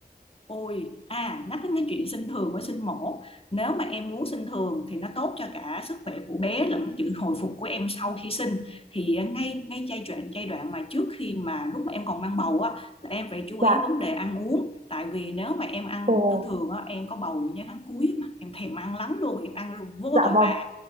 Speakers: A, on the left (about 35°); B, on the right (about 45°).
A: Ôi, à, nhắc đến cái chuyện sinh thường với sinh mổ, nếu mà em muốn sinh thường thì nó tốt cho cả sức khỏe của bé lẫn sự hồi phục của em sau khi sinh. Thì à, ngay ngay giai đoạn giai đoạn mà trước khi mà lúc mà em còn mang bầu á, là em phải chú ý
B: Dạ.
A: vấn đề ăn uống. Tại vì nếu mà em ăn
B: Ồ,
A: uống thường thường á, em có bầu những cái tháng cuối á mà em thèm ăn lắm luôn, em ăn vô
B: dạ
A: tội
B: vâng.
A: vạ.